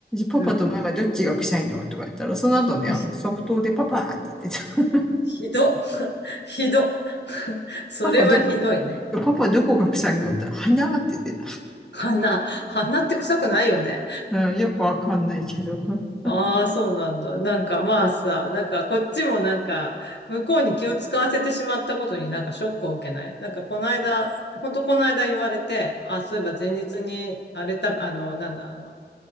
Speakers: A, in the centre; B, on the left.
A: パパとママどっちが臭いのとか言ったら、
B: うん。
A: その後ね、
B: ひ
A: あの、即答でパパって言ってた。<laughs>
B: ひどっ、<laughs> ひどっ。<laughs> それはひどいね。
A: パパど、パパどこが臭いのって、鼻って言って、
B: 鼻、鼻って臭くないよね。
A: うん、よくわかんないけど。<laughs>
B: ああ、そうなんだ。なんかまあさ、なんかこっちもなんか向こうに気を使わせてしまったことになんかショックを受けない。なんかこの間、ほんとこの間言われて、あ、そういえば前日に、あれた、あの、なんだ、あの、